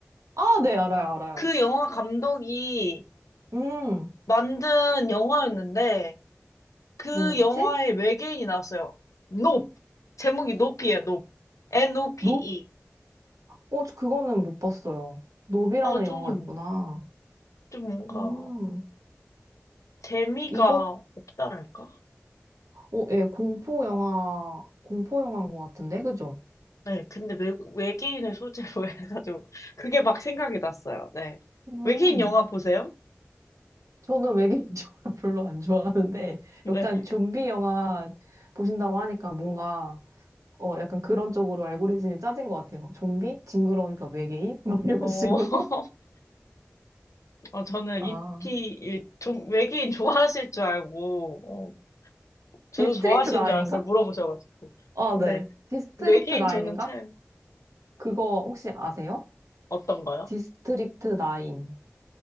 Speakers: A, on the right; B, on the left.
A: 아, 네 알아요 알아요.
B: 그 영화 감독이
A: 음
B: 만든 영화였는데, 그
A: 뭐였지?
B: 영화에 외계인이 나왔어요. 높. 제목이 높이에요, 높. N-O-P-E.
A: 노? 어, 저 그거는 못 봤어요. 노비라는
B: 아, 좀,
A: 영화가 있구나.
B: 좀 뭔가
A: 음,
B: 재미가
A: 이것,
B: 없다랄까?
A: 어, 예, 공포 영화, 공포 영화인 것 같은데, 그죠?
B: 네, 근데 외, 외계인을 소재로 <laughs> 해가지고 그게 막 생각이 났어요. 네.
A: 음,
B: 외계인 영화 보세요?
A: 저는 외계인 <laughs> 영화 별로 안 좋아하는데,
B: 네.
A: 약간 좀비 영화 보신다고 하니까 뭔가, 어, 약간 그런 쪽으로 알고리즘이 짜진 것 같아요. 좀비? 징그러우니까 외계인? <laughs> 막 이런
B: 어,
A: 식으로?
B: <laughs> 어, 저는
A: 아,
B: 이 t 이- 좀 외계인 좋아하실 줄 알고, 어, 저도
A: 디스트릭트
B: 좋아하시는
A: 나인인가
B: 줄 알았어요. 물어보셔가지고.
A: 아,
B: 근데
A: 네. 디스트릭트
B: 외계인
A: 나인인가
B: 저는 참
A: 그거 혹시 아세요?
B: 어떤 거요?
A: 디스트릭트 나인